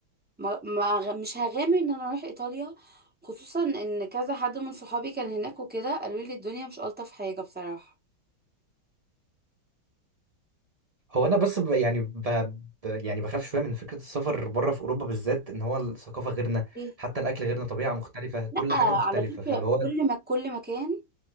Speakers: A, in the centre; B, on the right.
A: ما, ما غ- مش هغامر ان انا اروح ايطاليا خصوصا ان كذا حد من صحابي كان هناك وكده قالوا لي الدنيا مش الطف حاجة بصراحة
B: انا بس ب... يعني ب... ب... يعني بخاف شويه من فكره السفر بره في اوروبا بالذات ان هو الثقافه غيرنا
A: ايه
B: حتى الاكل غيرنا طبيعه مختلفه كل
A: لا على
B: حاجه مختلفه
A: فكرة
B: فاللي هو
A: كل ما كل مكان